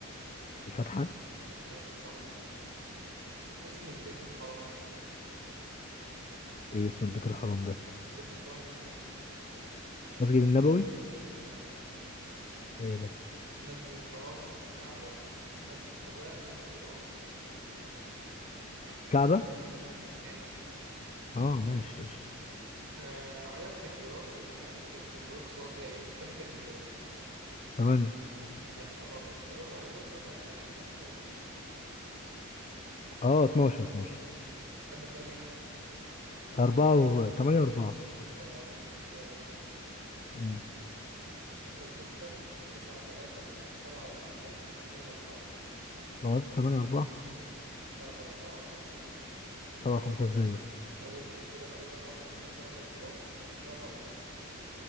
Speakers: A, on the left; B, on the right.
A: الفاتحة
B: ماشي صح اسم البيت الحرام ايه
A: ايه اسم البيت الحرام ده
B: البيت الحرام اسمه ايه
A: مسجد النبوي
B: لا
A: ايه ده
B: المسجد الحرام الكعبة مسجد قباء مسجد الأقصى
A: الكعبة
B: ماشي
A: اه ماشي قشطة
B: آه عدد تكبيرات عدد ك- تكبيرات صلاة العيد كم تكبيرة
A: تمانية
B: لا غلط في الرقعة الأولى وفي الرقعة التانية كم واحدة وكم واحدة
A: اه اتناشر اتناشر
B: كم وكم يعني
A: أربعة و تمانية وأربعة
B: بقى غلط هديك اختيارات
A: أمم.
B: ستة وستة تسعة وتلاتة سبعة وخمسة تمانية وأربعة
A: ما قلت تمانية وأربعة
B: لا غلط سبعة وخمسة
A: سبعة خمسة ازاي يا اسطى
B: اول تكبيره اول رقعه بيكون فيها سبع تكبيرات تاني رقعه بيكونوا خمسه